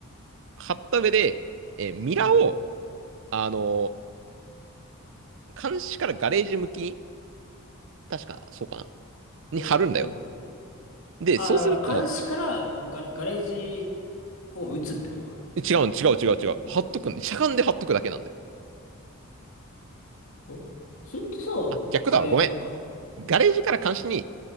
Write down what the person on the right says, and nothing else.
貼った上で、えミラーを、
あのー監視からガレージ向きに、確か、そうかな、に貼るんだよ。
で、
そうすると、
違う、違う、違う、違う。
貼っとくんしゃがんで貼っとくだけなんだよ。
あ、逆だわ。
ごめん。
ガレージから監視に